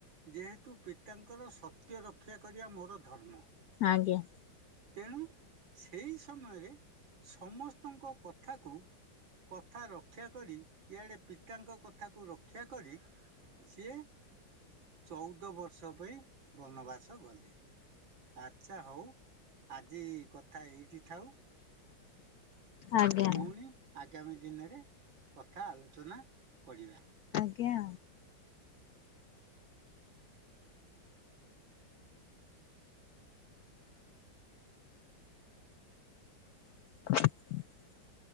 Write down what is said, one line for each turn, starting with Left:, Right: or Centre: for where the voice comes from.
Right: ଯେହେତୁ ପିତାଙ୍କର ସତ୍ୟ ରକ୍ଷା କରିବା ମୋର ଧର୍ମ।
Left: ଆଜ୍ଞା।
Right: ତେଣୁ ସେଇ ସମୟରେ ସମସ୍ତଙ୍କ କଥାକୁ କଥା ରକ୍ଷା କରି ଇଆଡେ ପିତାଙ୍କ କଥାକୁ ରକ୍ଷା କରି ସିଏ ଚଉଦ ବର୍ଷ ପାଇଁ ବନବାସ ଗଲେ। ଆଛା ହଉ ଆଜି କଥା ଏଇ ଥାଉ
Left: ଆଜ୍ଞା
Right: ପୁଣି ଆଗାମୀ ଦିନରେ କ ଏକ ଆଲୋଚନା କରିବା।
Left: ଆଜ୍ଞା। <inaudible>